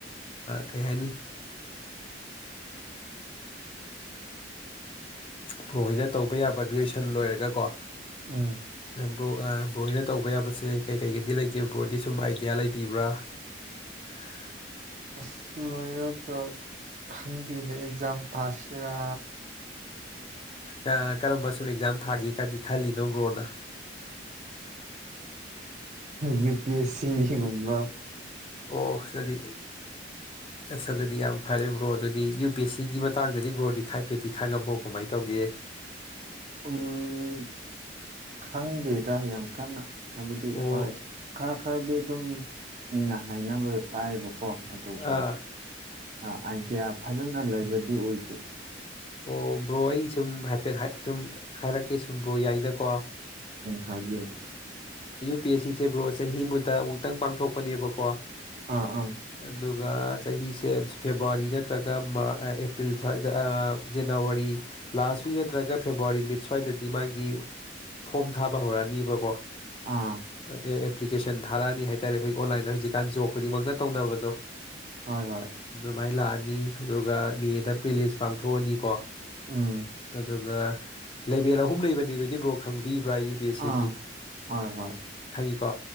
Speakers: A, on the left (about 30°); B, on the right (about 40°).
A: ꯀꯩ ꯍꯥꯏꯅꯤ ꯄꯍꯣꯏꯅ ꯇꯧꯕ ꯌꯥꯕ ꯒ꯭ꯔꯦꯖꯨꯋꯦꯁꯟ ꯂꯣꯏꯔꯒꯀꯣ
B: ꯑꯝ
A: ꯕꯣ ꯕ꯭ꯔꯣꯅ ꯇꯧꯕ ꯌꯥꯕꯁꯦ ꯀꯩꯀꯩꯒꯗꯤ ꯂꯩꯒꯦ ꯕ꯭ꯔꯣꯗꯤ ꯁꯨꯝ ꯑꯥꯏꯗꯤꯌꯥ ꯂꯩꯕꯤꯕ꯭ꯔꯥ <unintelligible>
B: ꯑꯁꯂ ꯀ ꯈꯪꯗꯦꯅꯦ ꯑꯦꯛꯖꯥꯝ ꯊꯥꯁꯤꯔꯥ
A: ꯑꯥ ꯀꯔꯝꯕ ꯁꯨꯝ ꯑꯦꯛꯖꯥꯝ ꯊꯥꯒꯦ ꯀꯗꯤ ꯈꯜꯂꯤꯅꯣꯕ꯭ꯔꯣꯅ
B: ꯌꯨ ꯄꯤ ꯑꯦꯁ ꯁꯤꯒꯨꯝꯕ
A: ꯑꯣ ꯁꯗꯤ ꯑꯁ ꯑꯗꯨꯗꯤ ꯌꯥꯝ ꯐꯔꯦ ꯕ꯭ꯔꯣ ꯑꯗꯨꯗꯤ ꯌꯨ ꯕꯤ ꯑꯦꯁ ꯁꯤꯒꯤ ꯃꯇꯥꯡꯗꯗꯤ ꯕ꯭ꯔꯣꯗꯤ ꯈꯥꯏꯐꯦꯠꯗꯤ ꯈꯪꯉꯝꯕꯣ ꯀꯃꯥꯏꯅ ꯇꯧꯒꯦ
B: ꯎꯝ ꯈꯪꯗꯦꯗ ꯌꯥꯝ ꯀꯟꯅ ꯍꯥꯏꯕꯗꯤ
A: ꯑꯣ
B: ꯍꯣꯏ ꯈꯔ ꯈꯔꯗꯤ ꯑꯗꯨꯝ ꯃꯤꯅ ꯍꯥꯏꯅꯕꯗꯣ ꯇꯥꯏꯕ ꯀꯣ ꯑꯗꯨꯒ
A: ꯑꯥ
B: ꯑꯥꯏꯗꯤꯌꯥ ꯐꯖꯅ ꯂꯩꯕꯗꯤ ꯑꯣꯏꯗꯦ
A: ꯑꯣ ꯕ꯭ꯔꯣ ꯑꯩ ꯁꯨꯝ ꯍꯥꯏꯐꯦꯠ ꯁꯨꯝ ꯍꯥꯏꯔꯛꯀꯦ ꯁꯨꯝ ꯕ꯭ꯔꯣ ꯌꯥꯏꯅꯀꯣ
B: ꯍꯥꯏꯌ
A: ꯅꯨ ꯄ ꯑꯁꯤ ꯐꯦꯕ꯭ꯔꯨꯋꯥꯔꯤ ꯆꯍꯤ ꯑꯃꯗ ꯑꯃꯨꯛꯇꯪ ꯄꯥꯡꯊꯣꯛꯄꯅꯦꯕꯀꯣ
B: ꯑꯥ ꯑꯥ
A: ꯑꯗꯨꯒ ꯑꯗꯨꯒ ꯆꯍꯤꯁꯦ ꯐꯦꯕꯋꯥꯔꯤ ꯅꯠꯇ꯭ꯔꯒ ꯃꯥ ꯑꯦꯄ꯭ꯔꯤꯜ ꯁ꯭ꯋꯥꯏꯗ ꯖꯅꯋꯥꯔꯤ ꯂꯥꯁ ꯋꯤꯛ ꯅꯠꯇ꯭ꯔꯒ ꯐꯦꯕꯋꯥꯔꯤ ꯃꯤꯠ ꯁ꯭ꯋꯥꯏꯗꯗꯤ ꯃꯥꯒꯤ ꯐꯣꯝ ꯊꯥꯕ ꯍꯧꯔꯛꯑꯅꯤꯕꯀꯣ ꯑꯦ
B: ꯑꯥ
A: ꯑꯦꯄ꯭ꯂꯤꯀꯦꯁꯟ ꯊꯥꯔꯛꯑꯅꯤ ꯍꯥꯏ ꯇꯔꯦ ꯑꯩꯈꯣꯏꯒꯤ ꯑꯣꯟꯂꯥꯏꯟꯗ ꯍꯧꯖꯤꯛꯀꯥꯟ ꯖꯣꯕ ꯈꯨꯗꯤꯡꯃꯛꯅ ꯇꯧꯅꯕꯗꯣ
B: ꯍꯣꯏ ꯍꯣꯏ
A: ꯑꯗꯨꯃꯥꯏꯅ ꯂꯥꯛꯑꯅꯤ ꯑꯗꯨꯒ ꯃꯦꯗ ꯄꯦꯂꯤꯁ ꯄꯥꯡꯊꯣꯛꯑꯅꯤꯀꯣ
B: ꯎꯝ
A: ꯑꯗꯨꯒ ꯂꯩꯕꯦꯜ ꯑꯍꯨꯝ ꯂꯩꯕꯅꯤ ꯑꯗꯨꯗꯤ ꯕ꯭ꯔꯣꯛ ꯈꯪꯕꯤꯕ ꯄꯨꯔꯥ ꯌꯨ ꯄꯤ ꯑꯦꯁ ꯁꯤꯒꯤ
B: ꯑꯥ ꯍꯣꯏ ꯍꯣꯏ
A: ꯈꯪꯉꯤꯀꯣ